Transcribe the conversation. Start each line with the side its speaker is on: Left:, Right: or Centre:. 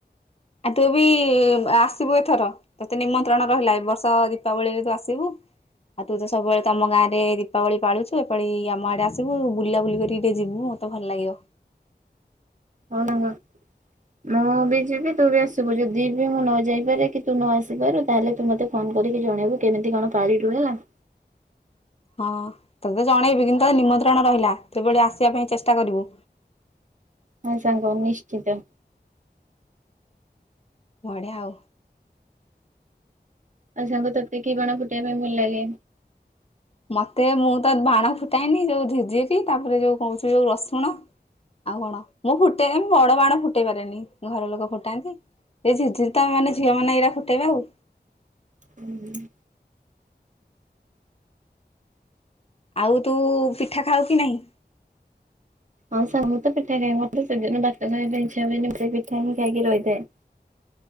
Left: ଆ ତୁ ବି ଆସ ସିବୁ ଏଥର ତତେ ନିମନ୍ତ୍ରଣ ରହିଲା ଏ ବର୍ଷ ଦୀପାବଳିରେ ତୁ ଆସିବୁ। ଆଉ ତୁ ତ ସବୁବେଳେ ତମ ଗାଁରେ ଦୀପାବଳି ପାଳୁଚୁ ଏ ପାଳି ଆମ ଆଡେ ଆସିବୁ ବୁଲାବୁଲି କରିକି ଟିକେ ଯିବୁ। ତ ଭଲ ଲାଗିବ।
Right: ହଁ ତାଙ୍କ ମୁଁ ବି ଯିବି ତୁ ବି ଆସିବୁ ଯଦି ବି ମୁଁ ନ ଯାଇପାରେ କି ତୁ ନଆସିପାରୁ ତାହେଲେ ତୁ ମୋତେ ଫୋନ କରିକି ଜଣେଇବୁ କେମିତି କଣ ପାଳିଲୁ ହେଲା।
Left: ହଁ ତୋତେ ଜଣେଇବି କିନ୍ତୁ ତତେ ନିମନ୍ତ୍ରଣ ରହିଲା କିଭଳି ଆସିବା ପାଇଁ ଚେଷ୍ଟା କରିବୁ।
Right: ହଁ ସାଙ୍ଗ ନିଶ୍ଚିତ।
Left: ବଢିଆ ଆଉ।
Right: ଆଉ ସାଙ୍ଗ ତତେ କି ବାଣ ଫୁଟେଇବା ପାଇଁ ଭଲ ଲାଗେ?
Left: ମତେ ମୁଁ ତ ବାଣ ଫୁଟାଇନି ଯୋଉ ଝିରିଝିରି ତାପରେ ଯୋଉ କହୁଚି ଯୋଉ ରସୁଣ ଆଉ କଣ ମୁଁ ଫୁଟେ ବଡ ବାଣ ଫୁଟେଇ ପାରେନି ଘର ଲୋକ ଫୁଟାନ୍ତି। ଏଇ ଝିରିଝିରି ତ ମାନେ ଝିଅ ମାନେ ଏଇଟା ଫୁଟେଇବେ ଆଉ।
Right: ହୁଁ।
Left: ଆଉ ତୁ ପିଠା ଖାଉ କି ନାହିଁ?
Right: ହଁ ସାଙ୍ଗ ମୁଁ ତ ପିଠା ଖାଏ ମତେ ସେଦିନ ଭାତ ଖାଇବା ପାଇଁ ଇଚ୍ଛା ହୁଏନି ମୁ ସେଇ ପିଠା ହିଁ ଖାଇକି ରହିଥାଏ।